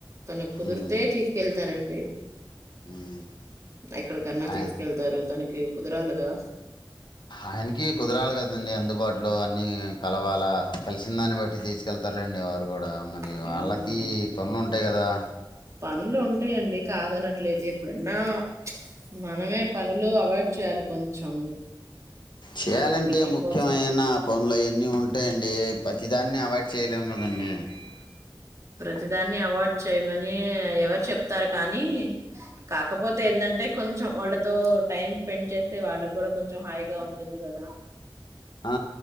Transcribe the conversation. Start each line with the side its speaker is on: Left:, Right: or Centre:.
Right: తనకి కుదురుతే
Left: ఉమ్,
Right: తీసుకెళ్తారు తరండి
Left: ఉమ్
Right: ఎక్కడకన్నా
Left: ఆయ-
Right: తీసుకెళ్తారు తనకి కుదరాలిగా
Left: ఆయనకి కుదరాలి కదండి అందుబాటులో అన్నీ కలవాలా కలిసిన దాన్ని బట్టి తీసుకెళ్తారులేండి వారు కూడా మరి
Right: హ్మ్.
Left: వాళ్ళకి పనులు ఉంటాయి కదా
Right: పనులు ఉంటాయండి కాదనట్లేదు ఎప్పుడన్నా మనమే పనులు అవాయిడ్ చేయాలి కొంచెం
Left: చేయాలంటే
Right: దేనికన్నా
Left: ముఖ్యమైన
Right: కోసం.
Left: పనులయి అన్ని ఉంట అండి ప్రతిదాన్ని అవాయిడ్ చేయలేము కదండి
Right: ప్రతిదాన్ని అవాయిడ్ చేయమని ఎవరు చెప్ తారు కానీ కాకపోతే ఎందంటే కొంచం వాళ్ళతో టైం స్పెండ్ చేస్తే వాళ్ళకి కూడా కొంచెం హాయిగా ఉంటుంది కదా
Left: ఆ